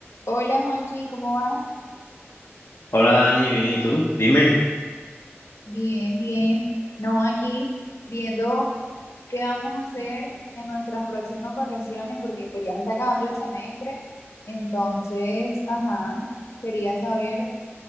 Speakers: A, on the left (about 80°); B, on the left (about 65°).
A: Hola Juanchi, ¿cómo vas?
B: Hola Dani, bien, ¿y tú? Dime.
A: Bien, bien. No, aquí viendo qué vamos a hacer en nuestras próximas vacaciones, porque pues ya se está acabando el semestre. Entonces, ajá, quería saber